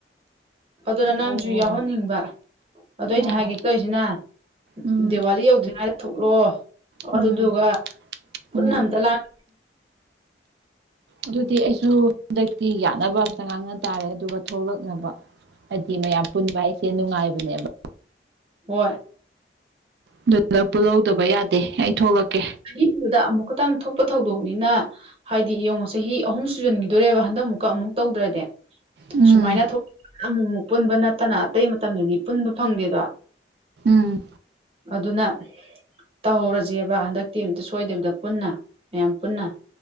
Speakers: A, on the right; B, on the right.
A: ꯑꯗꯨꯅ ꯅꯪꯁꯨ
B: ꯑꯣ
A: ꯌꯥꯎꯍꯟꯅꯤꯡꯕ ꯑꯗꯣ ꯑꯩꯅ
B: ꯑꯣ
A: ꯍꯥꯏꯒꯦ ꯀꯧꯔꯤꯁꯤꯅ
B: ꯎꯝ
A: ꯗꯤꯋꯥꯂꯤ ꯌꯧꯗ꯭ꯔꯤꯉ ꯊꯣꯛꯂꯣ
B: ꯎꯝ
A: ꯑꯗꯨꯗꯨꯒ ꯄꯨꯟꯅ
B: ꯎꯝ
A: ꯑꯝꯇ ꯂꯥꯟ
B: ꯑꯗꯨꯗꯤ ꯑꯩꯁꯨ ꯍꯟꯗꯛꯇꯤ ꯌꯥꯅꯕ ꯑꯝꯇ ꯉꯥꯡꯅ ꯇꯥꯔꯦ ꯑꯗꯨꯒ ꯊꯣꯛꯂꯛꯅꯕ ꯍꯥꯏꯗꯤ ꯃꯌꯥꯝ ꯄꯨꯟꯕ ꯍꯥꯏꯁꯦ ꯅꯨꯡꯉꯥꯏꯕꯅꯦꯕ
A: ꯍ <unintelligible>
B: ꯑꯗꯨꯗ ꯄꯨꯜꯍꯧꯗꯕ ꯌꯥꯗꯦ ꯑꯩ ꯊꯣꯛꯂꯛꯀꯦ
A: ꯑꯍꯤꯡꯕꯗ ꯑꯃꯨꯛ ꯈꯛꯇꯪ ꯊꯣꯛꯄ ꯊꯧꯗꯣꯛꯅꯤꯅ ꯍꯥꯏꯗꯤ ꯌꯦꯡꯉꯣ ꯆꯍꯤ ꯑꯍꯨꯝ ꯁꯨꯖꯟꯈꯤꯗꯣꯏꯣꯔꯦꯕ ꯍꯟꯗꯛ ꯑꯃꯨꯛꯀ ꯑꯃꯨꯛ ꯇꯧꯗ꯭ꯔꯗꯤ
B: ꯎꯝ
A: ꯁꯨꯃꯥꯏꯅ ꯊꯣꯛ ꯑꯃꯨꯛ ꯑꯃꯨꯛ ꯄꯨꯟꯕ ꯅꯠꯇꯅ ꯑꯇꯩ ꯃꯇꯝꯗꯨꯗꯤ ꯄꯨꯟꯕ ꯐꯪꯗꯦꯗꯣ
B: ꯎꯝ
A: ꯑꯗꯨꯅ ꯇꯧꯍꯧꯔꯁꯦꯕ ꯍꯟꯗꯛ ꯇꯤꯝꯇ ꯁꯣꯏꯗꯕꯤꯗ ꯄꯨꯟꯅ ꯃꯌꯥꯝ ꯄꯨꯟꯅ